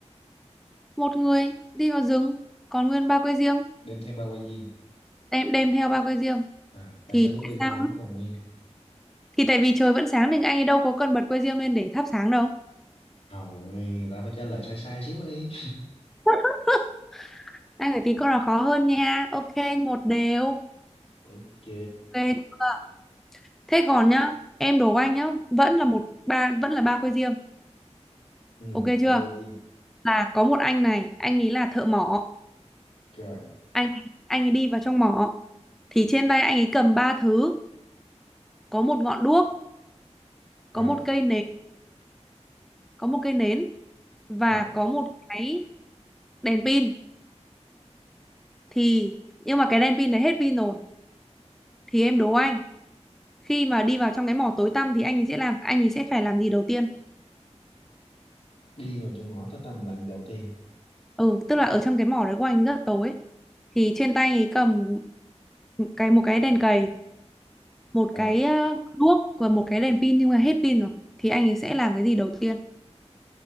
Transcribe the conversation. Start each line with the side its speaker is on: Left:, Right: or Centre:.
Centre: một người đi vào rừng còn nguyên ba que diêm
Left: đem theo ba que diêm
Centre: đem đem theo ba que diêm
Left: à tại
Centre: thì
Left: sao lúc
Centre: tại
Left: đi ra
Centre: sao
Left: vẫn còn nguyên
Centre: thì tại vì trời vẫn sáng nên anh ấy đâu có cần bật que diêm lên để thắp sáng đâu
Left: hầu người ta phải trả lời sai sai xíu đi
Centre: <laughs> anh phải tìm câu nào khó hơn nha ok một đều
Left: ok
Centre: Ok chưa? Thế còn nhá, em đố anh nhá, vẫn là một ba vẫn là ba que diêm,
Left: ừ,
Centre: ok chưa?
Left: ba que diêm
Centre: Là có một anh này, anh ấy là thợ mỏ,
Left: rồi
Centre: anh anh ấy đi vào trong mỏ, thì trên tay anh ấy cầm ba thứ, có một ngọn đuốc, có
Left: rồi
Centre: một cây nến, có một cây nến và
Left: rồi
Centre: có một cái đèn pin. Thì nhưng mà cái đèn pin đấy hết pin rồi, thì em đố anh, khi mà đi vào trong cái mỏ tối tăm thì anh ấy sẽ làm, anh ấy sẽ phải làm gì đầu tiên?
Left: đi vào trong ngõ tối tăm làm gì đầu tiên
Centre: Ừ, tức là ở trong cái mỏ đấy của anh rất tối thì trên tay ấy cầm cái một cái đèn cầy một
Left: rồi
Centre: cái ờ, đuốc và một cái đèn pin nhưng mà hết pin rồi thì anh ấy sẽ làm cái gì đầu tiên